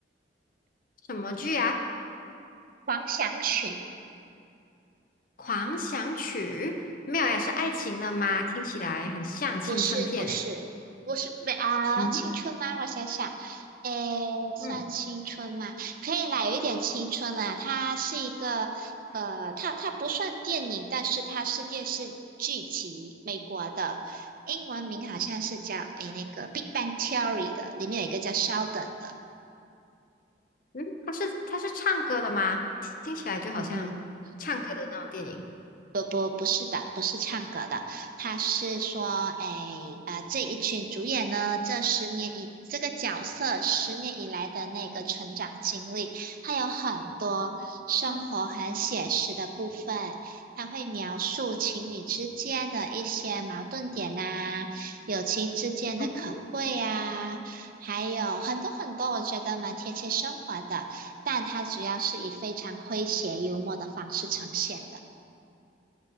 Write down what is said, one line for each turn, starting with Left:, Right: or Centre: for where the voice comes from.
Left: 什么剧啊？
Right: 狂想曲，
Left: 《狂想曲》没有也是爱情的吗？
Right: 嗯
Left: 听起来很像青春片诶。
Right: 不是不是，不是没啊，
Left: 嗯
Right: 青春吗？我想想，诶，算青春吗？
Left: 嗯
Right: 可以啦，有一点青春啦。它是一个，呃，它它不算电影，但是它是电视剧集，美国的，英文名好像是叫诶那个《Big Bang Theory》的，里面有一个叫 Sheldon 的，
Left: 嗯，它是它是唱歌的吗？听起来就好像唱歌的那种电影。
Right: 嗯哼不不不是的，不是唱歌的，他是说，哎，啊、这一群主演呢，这十年以这个角色十年以来的那个成长经历，还有很多生活很写实的部分，
Left: 嗯。
Right: 他会描述情侣之间的一些矛盾点呐、友情之间的可贵呀、
Left: <laughs>
Right: 还有很多很多，我觉得蛮贴切生活的，但它主要是以非常诙谐幽默的方式呈现的。